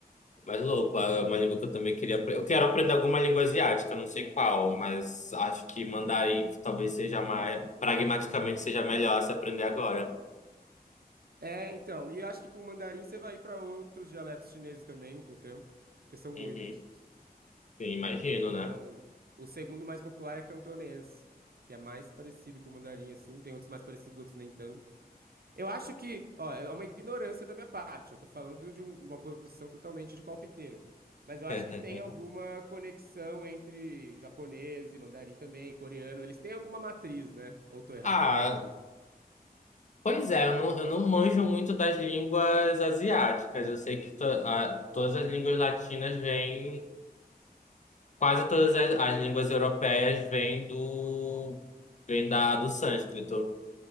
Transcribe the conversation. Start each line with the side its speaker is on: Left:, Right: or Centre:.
Left: Mas louco, é uma língua que eu também queria aprender. Eu quero aprender alguma língua asiática, não sei qual, mas acho que mandarim talvez seja mais, pragmaticamente seja melhor se aprender agora.
Right: É, então, e eu acho que com o mandarim você vai ir para outros dialetos chineses também com o tempo, porque são muitos.
Left: Uhum. Sim, imagino,
Right: Então,
Left: né?
Right: o segundo mais popular é cantonês, que é mais parecido com o mandarim, assim. Tem outros mais parecidos, outros nem tanto. Eu acho que, ó, é uma ignorância da minha parte. Eu tô falando de um- uma posição totalmente de palpiteiro. Mas eu acho
Left: <laughs>
Right: que tem alguma conexão entre japonês e mandarim também, e coreano. Eles têm alguma matriz, né? Ou tô errado?
Left: Ah,
Right: Você pode.
Left: pois é, eu não, eu não manjo muito das línguas asiáticas. Eu sei que to- a- todas as línguas latinas vêm, quase todas as, as línguas europeias vêm do, vêm da, do sânscrito,